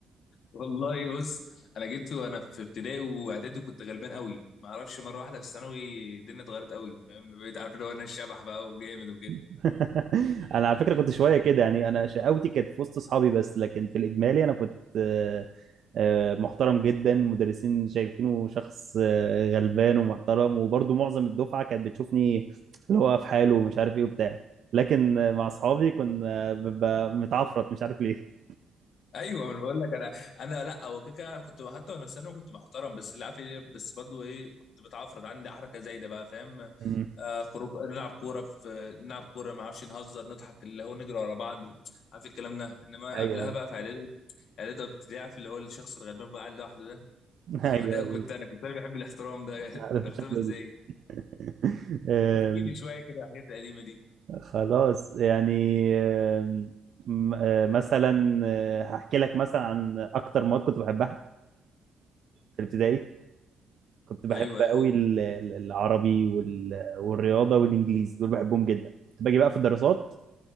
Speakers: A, on the left; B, on the right.
A: والله بص انا جيت وانا في ابتدائي واعدادي كنت غلبان قوي ما اعرفش مرة واحدة في الثانوي الدنيا اتغيرت قوي فاهم بقيت عارف اللي هو انا الشبح بقى وجامد
B: <laughs> انا على فكره كنت شويه كده يعني انا شقاوتي كانت في وسط اصحابي بس لكن في الاجمالي انا كنت آه، آه، محترم جدا مدرسين شايفينه شخص آه، غلبان ومحترم وبرضه معظم الدفعه كانت بتشوفني اللي هو في حاله ومش عارف ايه وبتاع لكن آه، مع اصحابي كنا ببقى متعفرت مش عارف ليه
A: ايوه ما انا بقول لك انا انا لا هو كده كده أنا كنت حتى وانا في ثانوي كنت محترم بس اللي عارف ايه بس برضو ايه كنت بتعفرض عندي حركه زايده بقى فاهم
B: مم.
A: آه خروج نلعب كوره في نلعب كوره ما اعرفش نهزر نضحك اللي هو نجري ورا بعض عارف الكلام ده انما
B: ايوه
A: قبلها
B: ايوه
A: بقى في اعدادي اعدادي ابتدائي عارف اللي هو الشخص الغلبان بقى قاعد لوحده ده
B: <laughs>
A: <laughs>
B: ايوه
A: هو ده
B: ايوه
A: كنت انا كنت انا بحب الاحترام ده
B: عارف
A: <laughs> الاحترام
B: الشكل
A: ازاي
B: دي <laughs>
A: بتحكي لي شويه كده على الحاجات القديمه دي
B: خلاص يعني آم، م- آه، مثلا آه، هحكي لك مثلا عن اكتر مواد كنت بحبها في الابتدائي كنت بحب
A: ايوه ايوه
B: قوي ال- ال- العربي وال- والرياضه والانجليزي دول بحبهم جدا كنت باجي بقى في الدراسات